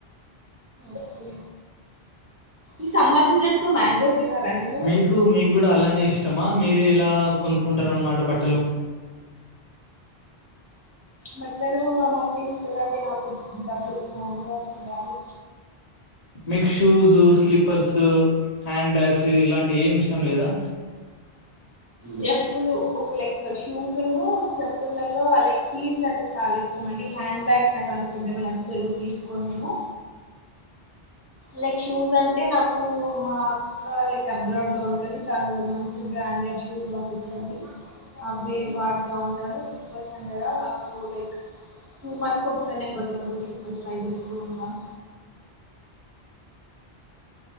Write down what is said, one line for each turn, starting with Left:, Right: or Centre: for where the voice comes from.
Right: ఓకే ఈ సమ్మర్ సీజన్స్ లో మ్యాంగోస్ తినరా అండి
Left: మీకూ మీక్కూడా అలానే ఇష్టమా మీరు ఎలా కొనుక్కుంటార అనమాట బట్టలు
Right: బట్టలూ మా మమ్మీ ఇస్తదండి నాకు డబ్బులు మా మమ్మీ గారు మా డాడీ
Left: మీకు షూసూ స్లీపర్సూ హ్యాండ్ బ్యాగ్సూ ఇలాంటివి ఏమి ఇష్టం లేదా
Right: చెప్పులు ఊ లైక్ ఫర్ షూసూనూ చెప్పులలో లైక్ హీల్స్ అంటే చాలా ఇష్టం అండి హ్యాండ్ బ్యాగ్స్ నాకు అంత పెద్దగా నచ్చదు తీసుకోన్ నేనూ లైక్ షూస్ అంటే నాకూ మా ఇంకా లైక్ అబ్రాడ్ లో ఉంటది తనూ మంచి బ్రాండెడ్ షూస్ పంపించింది అవ్వే వాడతా ఉంటాను స్లిప్పర్స్ అంటరా నాకూ లైక్ టూ మంత్స్ ఒకసారి నేన్ కొత్త కొత్త స్లిప్పర్స్ ట్రై చేస్తూ ఉంటాను